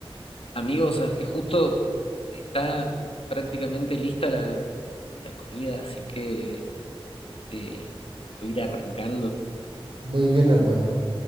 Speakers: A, on the left; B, on the right.
A: Amigos, sabes que justo está prácticamente lista la, la comida, así que eh, voy a ir arrancando.
B: Muy bien, hermano.